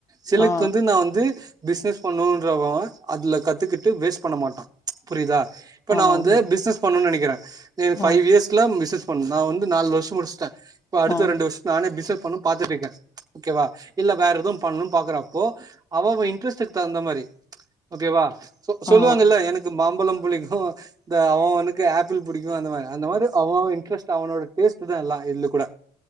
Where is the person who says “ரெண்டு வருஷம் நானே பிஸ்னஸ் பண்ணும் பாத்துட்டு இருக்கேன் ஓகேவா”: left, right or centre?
Right